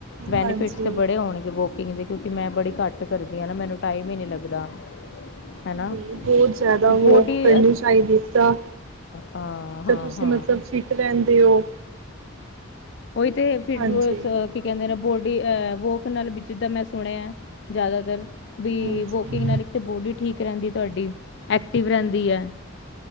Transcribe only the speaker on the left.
ਬੈਨੀਫਿਟਸ
'ਤੇ ਬੜੇ ਹੋਣਗੇ ਬੋਕਿੰਗ ਦੇ ਕਿਉਂਕਿ ਮੈਂ ਬੜੀ ਘੱਟ ਕਰਦੀ ਆ ਨਾ ਮੈਨੂੰ ਟਾਇਮ ਈ ਨੀ ਲੱਗਦਾ। ਹੈ ਨਾ
ਵੀ
ਬੋਡੀ
ਹਾਂ
ਹਾਂ ਹਾਂ
ਹਾਂ
ਉਈ 'ਤੇ ਫਿਰ
ਵੋ ਸ ਕੀ ਕਹਿੰਦੇ ਨੇ ਬੋਡੀ ਅ ਵੋਕ ਨਾਲ ਜਿੱਦਾਂ ਮੈਂ ਸੁਣਿਆ ਜ਼ਿਆਦਾਤਰ ਵੀ
ਵੋਕਿੰਗ ਨਾਲ ਇੱਕ 'ਤੇ ਬੋਡੀ ਠੀਕ ਰਹਿੰਦੀ ਤੁਹਾਡੀ, ਐਕਟਿਵ ਰਹਿੰਦੀ ਐ।